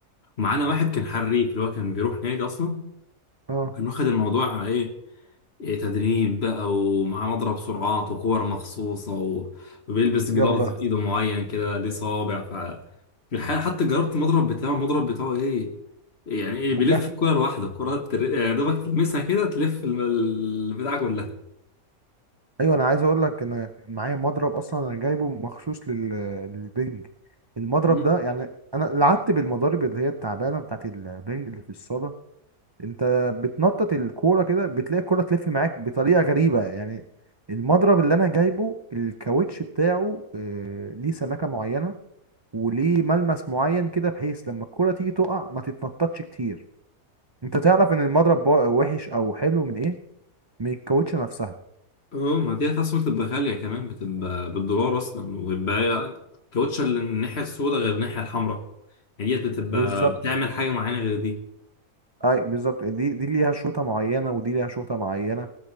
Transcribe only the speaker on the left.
ومعانا واحد كان حريف اللي هو كان بيروح نادي اصلا
كان واخد الموضوع ايه إيه تدريب بقى ومعاه مضرب سرعات وكور مخصوصة و... وبيلبس جلافز
في ايده معين كده ليه صابع ف الحقيقة حتى جربت المضرب بتاعه المضرب بتاعه ايه يعني ايه بيلف
الكرة لوحده الكرة تر... يعني دوبك تلمسها كده تلف الم- البتاع كلها
مم.
اه ما دي اصلا بتبقى غالية كمان بتبقى بالدولار اصلا وبيبقى يعني كاوتش الناحية السوداء غير الناحية الحمراء يعني ديت بتبقى
بتعمل حاجة معينة غير دي